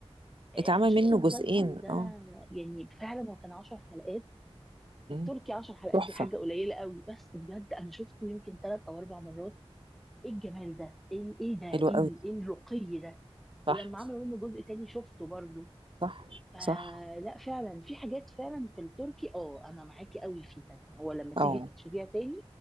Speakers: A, in the centre; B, on the right.
A: آه،
B: اتعمل
A: انا شفت
B: منه
A: المسلسل
B: جزئين
A: ده
B: اه
A: يعني فعلا هو كان 10 حلقات
B: مم.
A: التركي 10 حلقات
B: تحفة
A: دي حاجه قليله قوي بس بجد انا شفته يمكن ثلاث او اربع مرات ايه الجمال ده ايه إيه ده ايه
B: حلو قوي
A: ال- إيه الرقي ده
B: صح
A: ولما عملوا منه جزء تاني شفته برضه
B: صح
A: فلا
B: صح
A: فعلا في حاجات فعلا في التركي اه انا معاكي قوي فيها هو لما تيجي
B: اه
A: تشوفيها تاني